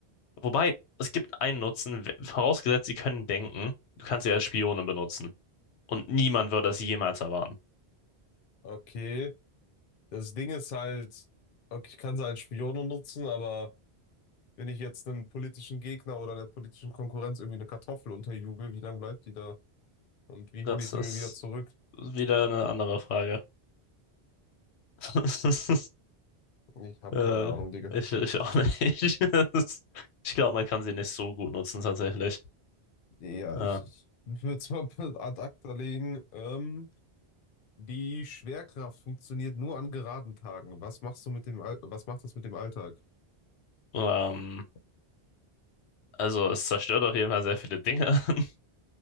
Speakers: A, on the left; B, on the left.
A: Wobei, es gibt einen Nutzen, w- vorausgesetzt, sie können denken, du kannst sie als Spione benutzen. Und niemand würde es jemals erwarten.
B: Okay, das Ding ist halt, okay, ich kann sie als Spione nutzen, aber wenn ich jetzt einem politischen Gegner oder der politischen Konkurrenz irgendwie eine Kartoffel unterjubel, wie lange bleibt die da? Und wie
A: Das
B: hole ich sie
A: ist
B: mir wieder zurück?
A: wieder eine andere Frage. <laughs>
B: Ich habe
A: Äh,
B: keine Ahnung, Digga.
A: ich, ich auch nicht. <laughs> Das- Ich glaube, man kann sie nicht so gut nutzen, tatsächlich.
B: Ja,
A: Äh,
B: ich, ich würde es mal <laughs> ad acta legen. Ähm, die Schwerkraft funktioniert nur an geraden Tagen. Was machst du mit dem Al was macht das mit dem Alltag?
A: ähm, also, es zerstört auf jeden Fall sehr viele Dinge. <laughs>